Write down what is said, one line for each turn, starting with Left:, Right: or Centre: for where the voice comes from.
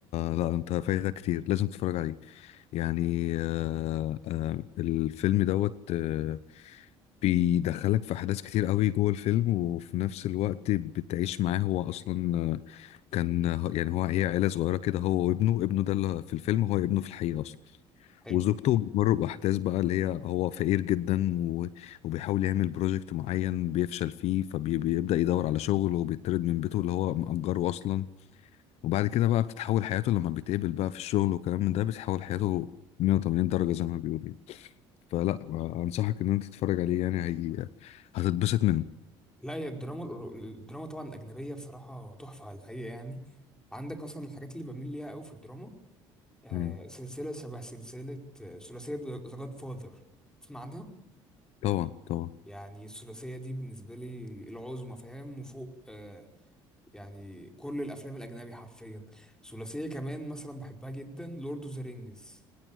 Left: لا أنت فايتك كتير لازم تتفرج عليه يعني آه، آه، الفيلم دوت آه، بيدخلك في أحداث كتير قوي جوه الفيلم وفي نفس الوقت بتعيش معاه هو أصلا آه، كان آه، يعني هو هي عيلة صغيرة كده هو وابنه ابنه ده اللي في الفيلم هو ابنه في الحقيقة أصلا
Centre: حلو
Left: وزوجته بتمر بأحداث بقى اللي هي هو فقير جدا و- وبيحاول يعمل بروجكت معين بيفشل فيه فبيبدأ يدور على شغل وبيطرد من بيته اللي هو مأجره أصلا وبعد كده بقى بتتحول حياته لما بيتقابل بقى في الشغل وكلام من ده بتتحول حياته 180 درجة زي ما بيقولوا يعني. فلا أنصحك إن أنت تتفرج عليه يعني هي هتتبسط منه
Centre: لا هي الدراما الدراما طبعا الأجنبية بصراحة تحفة على الحقيقة يعني عندك مثلا الحاجات اللي بميل ليها قوي في الدراما آه،
Left: مم.
Centre: سلسلة شبه سلسلة آه، ثلاثية ذا جاد فاذر تسمع عنها؟
Left: طبعا طبعا
Centre: يعني الثلاثية دي بالنسبة لي العظمى فاهم وفوق آه يعني كل الأفلام الأجنبي حرفيا ثلاثية كمان مثلا بحبها جدا لورد اوف ذا رينجز